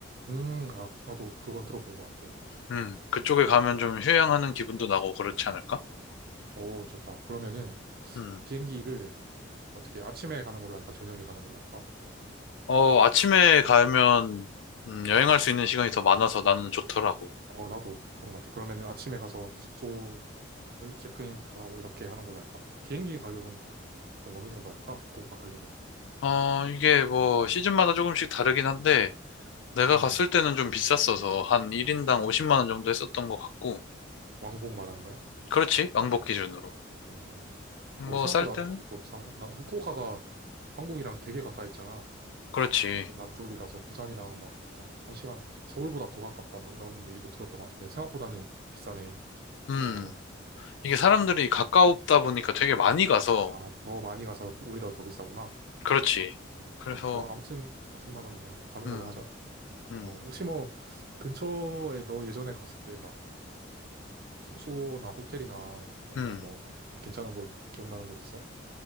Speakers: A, on the right; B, on the left.
A: 음. 음, 아, 나도 그건 들어본 것 같아.
B: 음, 그쪽에 가면
A: 어,
B: 좀
A: 좋다.
B: 휴양하는 기분도 나고 그렇지 않을까?
A: 어, 좋다. 그러면은,
B: 음.
A: 비행기를 어떻게 아침에 가는 걸로 할까? 저녁에 가는 걸로 할까?
B: 어, 아침에 가면 음, 여행할 수 있는 시간이 더 많아서 나는 좋더라고.
A: 어, 나도 그런 것 같아. 그러면은 아침에 가서 숙소를 체크인부터 하고 이렇게 하는 걸로 할까? 비행기 가격은 보통 어느 정도 할까? 후쿠오카 가려면.
B: 어, 이게 뭐 시즌마다 조금씩 다르긴 한데 내가
A: 음,
B: 갔을 때는 좀 비쌌어서 한 1인당 50만 원 정도 했었던 것 같고
A: 왕복 말하는 거야?
B: 그렇지. 왕복 기준으로.
A: 음. 오,
B: 뭐
A: 생각보다
B: 쌀 때는
A: 조금 더 비싼 거. 나 후쿠오카가 한국이랑 되게 가까이 있잖아.
B: 그렇지.
A: 남쪽이라서 부산이랑 막, 막 한 시간, 서울보다 더 가깝다 뭐 이런 얘기도 들었던 것 같은데 생각보다는 비싸네.
B: 음.
A: 50만 원이.
B: 이게 사람들이 가까우다 보니까 되게 많이 가서,
A: 아, 더 많이 가서 또 오히려 더 비싸구나.
B: 그렇지. 그래서,
A: 아, 좋아. 아무튼 50만 원이면 가는
B: 음,
A: 걸로 하자.
B: 음,
A: 어, 혹시 뭐 근처에 너 예전에 갔을 때 막 숙소나 호텔이나 아니면
B: 음.
A: 뭐 좀 괜찮은 곳, 기억나는 곳 있어?